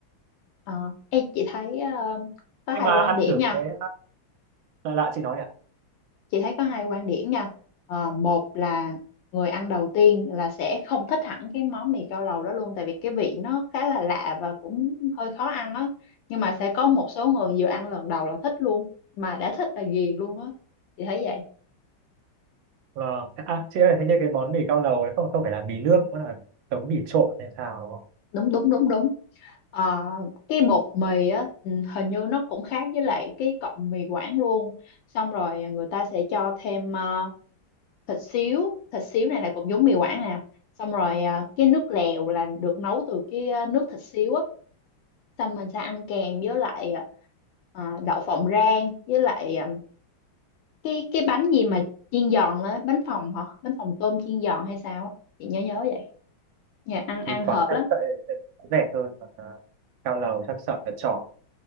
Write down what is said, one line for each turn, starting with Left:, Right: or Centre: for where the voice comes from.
Left: ờ ê, chị thấy ờ, có
Right: nhưng
Left: hai
Right: mà
Left: quan
Right: ăn
Left: điểm
Right: thử
Left: nha
Right: cái lạ lạ chị nói nhỉ
Left: chị thấy có hai quan điểm nha Ờ, một là người ăn đầu tiên là sẽ không thích hẳn cái món mì cao lầu đó luôn tại vì cái vị nó khá là lạ và cũng hơi khó ăn á nhưng mà sẽ có một số người vừa ăn lần đầu là thích luôn mà đã thích là ghiền luôn á chị thấy vậy
Right: vâng à, chị ơi hình như cái món mì cao lầu ấy không không phải là mì nước nó là giống mì trộn hay sao đúng không?
Left: đúng đúng đúng đúng Ờ, cái bột mì á ừ, hình như nó cũng khác với lại cái cọng mì Quảng luôn xong rồi người ta sẽ cho thêm ờ, thịt xíu thịt xíu này là cũng giống mì quảng nè xong rồi à, cái nước lèo là được nấu từ cái à, nước thịt xíu á xong mình sẽ ăn kèm với lại à, à, đậu phộng rang với lại à, cái cái bánh gì mà chiên giòn lên á, bánh phồng hả bánh phồng tôm chiên giòn hay sao á chị nhớ nhớ vậy nhà ăn ăn
Right: mì Quảng
Left: hợp
Right: chắc
Left: lắm
Right: sợi sẽ rẻ hơn còn à, cao lầu chắc sợi là tròn